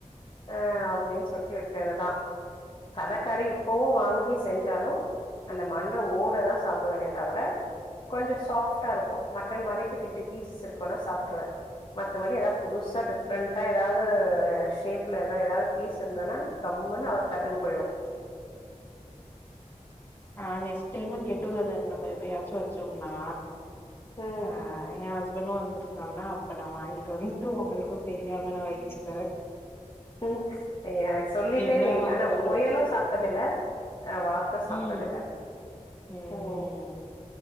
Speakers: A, on the left; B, on the left.
A: அஹ் அப்படின் சொல்லி எடுத் டினதான் தலைக்கறி இப்பவும் வாங்கி செஞ்சாலும் அந்த மண்டை ஓட தான் சாப்பிடுவேனே தவிர கொஞ்ச சாப்டா இருக்கு மட்டன் மாதிரே கிட்ட கிட்டி பீசஸ் இருக்கு நான் சாப்பிடு வேன் சாப்பிடுவேன் மத்தபடி எதா புதுசா டிஃப்ரெண்ட் டா ஏதாவுது ஷேப்ல எதா எதா பீஸ் இருந்தன்னா கம்முன்னு அவர் தட்டுக்கு போய்டு
B: ஆ நெக்ஸ்ட் டைம் கெட்டுகெதர் நம்ம எப்பயாச்சு வச்சோம்னா
A: ம்
B: ஆ எ ஹஸ்பெண்டு வந்து து இருந்தாங்ன்னா அப்ப நா வாங்கிட்டு வந்துட்டு உங்களுக்கு தெரியாம நா வச்சு தரே
A: ம் சொல்லிட்டே
B: என்ன
A: வை
B: வாங்கனாலு
A: ஆனா முயலு சாப்ட்டதுல
B: ம்
A: அ வாத்த சாப்ட்டது
B: ம்
A: இல்ல
B: ம்
A: தோ